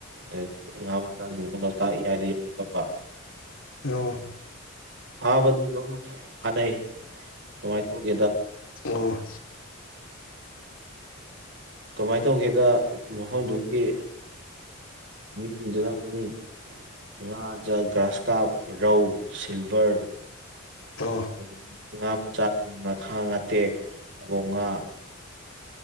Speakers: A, on the right (about 60°); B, on the left (about 85°).
A: ꯑꯩ ꯉꯥ ꯃꯆꯥꯁꯤꯡꯗꯣ ꯂꯣꯛꯇꯥꯛ ꯏꯌꯥꯏꯗ ꯌꯧꯔꯛꯇꯕ
B: ꯑꯣ
A: ꯊꯕꯗꯤ ꯑꯗꯨꯝ ꯍꯥꯟꯅꯩ ꯀꯃꯥꯏꯅ ꯇꯧꯒꯦꯗ
B: ꯑꯣ
A: ꯀꯃꯥꯏꯅ ꯇꯧꯒꯦꯗ ꯃꯐꯝꯗꯨꯒꯤ ꯃꯤꯁꯤꯡꯗꯨꯅ ꯑꯗꯨꯝ ꯉꯥ ꯒ꯭ꯔꯥꯁ ꯀꯥꯞ ꯔꯧ ꯁꯤꯜꯚꯔ
B: ꯑꯣ
A: ꯑꯗꯒꯤ ꯉꯥ ꯃꯆꯥꯗ ꯉꯈꯥ ꯉꯥꯇꯦꯛ ꯑꯕꯣꯛ ꯉꯥ